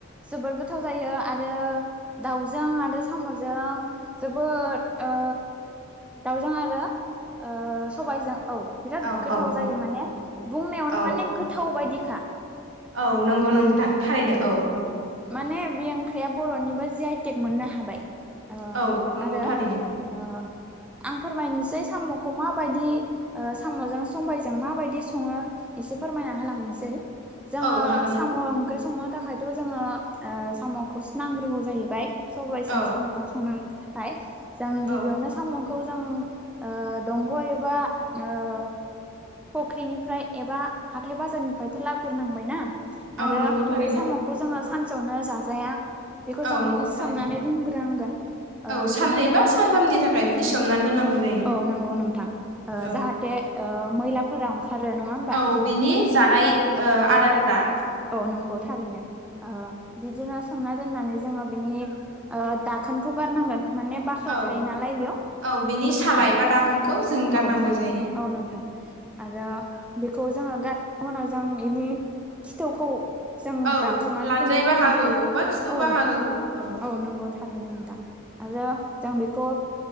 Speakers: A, in the centre; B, on the right.
A: जोबोर गोथाव जायो आरो दाउजों आरो साम'जों जोबोद ओ दाउजों आरो ओ सबायजों औ बिराद
B: औ
A: गोथाव
B: औ नंगौ
A: जायो माने बुंनायावनो
B: औ
A: माने
B: औ
A: गोथाव बायदिखा।
B: औ नंगौ नोंथां थारैनो औ।
A: औ माने बे ओंख्रिया बर'निबो जि आइ टेक मोननो हाबाय। ओ
B: औ नंगौ
A: आरो
B: थारैनो
A: ओ आं फोरमायनोसै साम'खौ माबायदि ओ साम'जों सबायजों माबायदि सङो एसे फोरमायना होलांनोसै। जोङो
B: औ हागोन
A: साम'
B: नोंथां
A: ओंख्रि संनो थाखायथ' जोङो साम'खौसो नांग्रोगौ जाहैबाय। सबायजों
B: औ
A: साम'जों संनो थाखाय जों
B: औ
A: गिबियावनो साम'खौ जों ओ दंग' एबा ओ फुख्रिनिफ्राय एबा हाथाय बाजारनिफ्रायथ' लाबोग्रोनांबायना
B: औ
A: आरो
B: नंगौ थारैनो
A: बे साम' खौ जोङो सानसेयावनो जाजाया बेखौ
B: औ
A: जों
B: नंगौ
A: सोमनानै
B: थारैनो
A: दोनग्रोनांगोन ओ
B: औ
A: सोमनानै
B: साननै बा सानथामनि थाखाय बिदि सोमनानै दोननांगौ जायो।
A: औ नंगौ नोंथां ओ
B: औ
A: जाहाथे ओ मैलाफोरा ओंखारो नङा होमबा?
B: औ बिनि जानाय ओ आदारफ्रा
A: औ नोंगौ थारैनो ओ बिदिनो सोमना दोननानै जोङो बिनि ओ दाखोनखौ गारनांगोन। माने बाख्ला
B: औ
A: थायो नालाय बेयाव।
B: औ बिनि सालाय
A: औ
B: एबा दाख खोनखौ जों गारनांगौ
A: औ
B: जायो
A: औ नोंथां आरो बेखौ जोङो गार उनाव जों इनि खिथुखौ जों
B: औ
A: दानस'नानै
B: लानजाय
A: दोन होनाय
B: बाहागोखौ
A: जायो
B: बा
A: औ।
B: <inaudible> औ।
A: औ नंगौ थारैनो नोंथां। आरो जों बेखौ